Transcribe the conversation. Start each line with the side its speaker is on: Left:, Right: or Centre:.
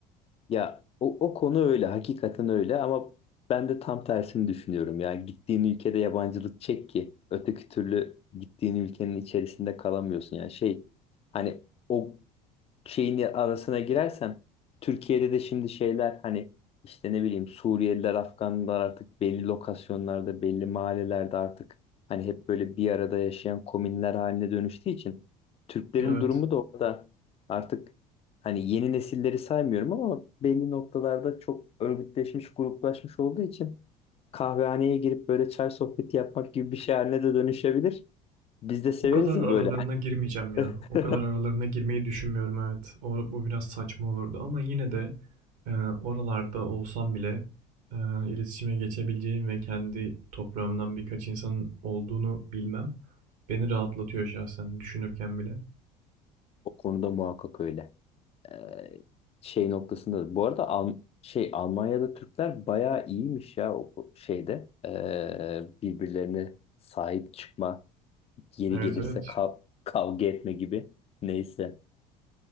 Left: Ya o, o konu öyle, hakikaten öyle ama ben de tam tersini düşünüyorum. Ya gittiğin ülkede yabancılık çek ki öteki türlü gittiğin ülkenin içerisinde kalamıyorsun. Yani şey hani o şeyin arasına girersem Türkiye'de de şimdi şeyler hani işte ne bileyim Suriyeliler, Afganlar artık belli lokasyonlarda, belli mahallelerde artık hani hep böyle bir arada yaşayan komünler haline dönüştüğü için Türklerin
Right: Evet.
Left: durumu da orada artık hani yeni nesilleri saymıyorum ama belli noktalarda çok örgütleşmiş, gruplaşmış olduğu için kahvehaneye girip böyle çay sohbeti yapmak gibi bir şey haline de dönüşebilir. Biz de severiz
Right: O kadar
Left: ya
Right: aralarına
Left: böyle.
Right: girmeyeceğim ya.
Left: <laughs>
Right: O kadar aralarına girmeyi düşünmüyorum evet. O, bu biraz saçma olurdu ama yine de e, oralarda olsam bile e, iletişime geçebileceğim ve kendi toprağımdan birkaç insanın olduğunu bilmem beni rahatlatıyor şahsen düşünürken bile.
Left: O konuda muhakkak öyle. Ee, şey noktasında. Bu arada Al şey Almanya'da Türkler bayağı iyiymiş ya o o şeyde. Ee, birbirlerine sahip çıkma, yeri
Right: Evet
Left: gelirse
Right: evet.
Left: kav- kavga etme gibi. Neyse.